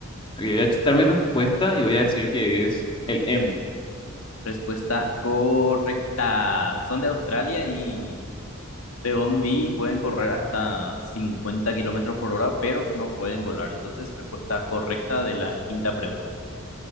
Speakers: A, on the left; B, on the left.
A: ok, voy a chutar mi respuesta y voy a decir que es el emu.
B: Respuesta correcta. Son de Australia y según vi pueden correr hasta 50 kilómetros por hora, pero no pueden volar. Entonces, respuesta correcta de la quinta pregunta.